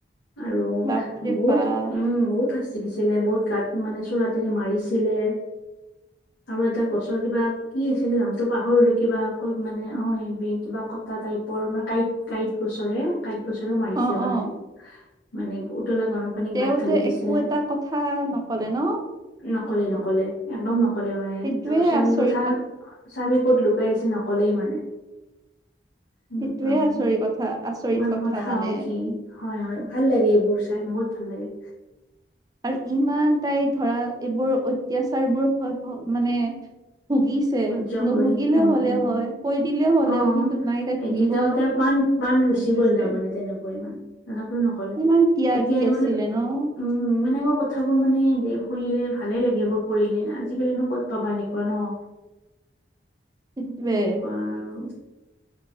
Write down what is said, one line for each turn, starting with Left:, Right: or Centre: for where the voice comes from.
Left: আৰু
Right: বাপৰে
Left: বহুত
Right: বাপ
Left: উম বহুত শাস্তি তি দিছিলে বহুত গাত মানে চোৰাতেৰে মাৰিছিলে আৰু এডাল গছৰ কিবা কি আছিলে নামটো পাহৰিলো কিবা মানে হয় কিবা কঁটা টাইপৰ মানে কাঁইট কাঁইট গছৰে কাঁইট গছেৰেও মাৰিছে
Right: অ
Left: মানে
Right: অ
Left: মানে উতলা গৰম পানী
Right: তেওঁ
Left: গাত ঢালি
Right: যে
Left: দিছে
Right: একো এটা কথা নকলে ন।
Left: নকলে নকলে একদম নকলে মানে
Right: সেইটোৱে
Left: তেওঁৰ স্বামীৰ
Right: আচৰিত
Left: কথা। স্বামী ক'ত লুকাই আছে নকলেই মানে। এনেকুৱা
Right: সেইটোয়ে
Left: মানে
Right: আচৰি কথা আচৰিত
Left: ইমান
Right: কথা
Left: সৎ সাহসী।
Right: মানে
Left: হয় হয় ভাল লাগে এইবোৰ চাই বহুত ভাল লাগে।
Right: আৰু ইমান তাই ধৰা এইবোৰ অত্যাচাৰবোৰ স মানে ভুগিছে
Left: সহ্য
Right: নুভুগিলেও
Left: কৰি উম
Right: হ'লে
Left: উম
Right: হয় কৈ দিলেও হ'লে
Left: অ
Right: হয় কিন্তু নাই তাই ভুগিব।
Left: এতিয়া তেওঁ
Right: ভুগিছে
Left: তেওঁৰ প্ৰাণ প্ৰাণ গুচি গ'ল তাৰমানে তেনেকৈ মানে তথাপিও নকলে
Right: ইমান ত্যাগী
Left: এতিয়া বোলে
Right: আছিলে ন।
Left: উম এনেবোৰ কথাবোৰ মানে শুনিলে ভালে লাগে এইবোৰ পঢ়িলে আজিকালিনো ক'ত পাবা এনেকুৱা ন।
Right: সেইটোৱে
Left: সেনেকুৱা আৰু।